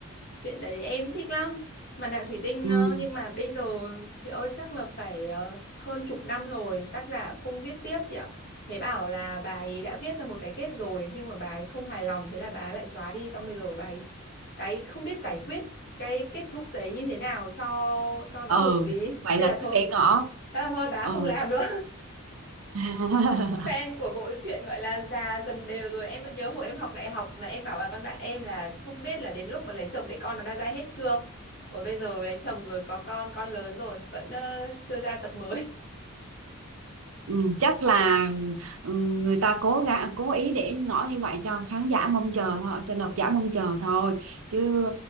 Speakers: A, on the left (about 50°); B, on the right (about 85°).
A: Chuyện đấy em thích lắm. Mặt nạ thủy tinh
B: ừ.
A: ờ, nhưng mà bây giờ chị ơi chắc là phải ờ, hơn chục năm rồi tác giả không viết tiếp chị ạ. Thế bảo là bà ấy đã viết ra một cái kết rồi nhưng mà bà ấy không hài lòng thế là bà ấy lại xóa đi xong bây giờ bà ấy, bà ấy không biết giải quyết cái kết thúc đấy như thế nào cho cho nó
B: Ừ,
A: hợp lý.
B: vậy
A: Thế
B: là
A: là thôi.
B: cứ để ngỏ.
A: Thế là thôi bà
B: Ờ.
A: ấy không làm nữa
B: <laughs>
A: fan của bộ truyện gọi là già dần đều rồi em vẫn nhớ hồi em học đại học là em bảo là con bạn em là không biết là đến lúc mà lấy chồng để con nó đã ra hết chưa rồi bây giờ lấy chồng rồi có con con lớn rồi vẫn ờ, chưa ra tập mới
B: Ừ, chắc là ừ, người ta cố gắng cố ý để ngỏ như vậy cho khán giả mong chờ thôi cho độc giả mong chờ thôi chứ